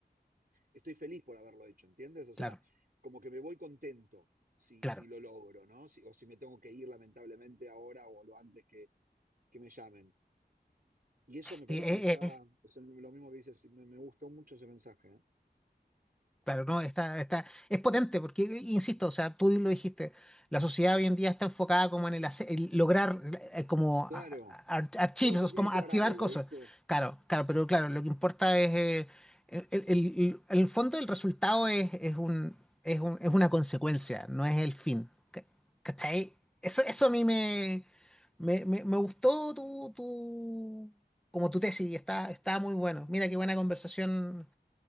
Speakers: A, on the right; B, in the centre.
A: estoy feliz por haberlo hecho, ¿entiendes? O sea,
B: claro,
A: como que me voy contento si,
B: claro.
A: si lo logro, ¿no? Si, o si me tengo que ir lamentablemente ahora o lo antes que, que me llamen. Y eso
B: Sí,
A: me parece
B: es,
A: que está, es lo mismo que dices, me, me gustó mucho ese mensaje. ¿eh?
B: Claro, no, está, está, es potente porque, insisto, o sea, tú lo dijiste, la sociedad hoy en día está enfocada como en el, hace- el lograr, eh, como
A: Claro,
B: a- a- ar- archivos,
A: todo te tiene
B: como
A: que
B: archivar
A: llevar a algo,
B: cosas.
A: ¿viste? Sí.
B: Claro, claro, pero claro, lo que importa es, eh, el, el- el- el fondo del resultado es, es un, es un- es una consecuencia, no es el fin. ¿Ca- ¿Cachai? Eso, eso a mí me, me, me- me gustó tu, tu, como tu tesis, está, está muy bueno. Mira qué buena conversación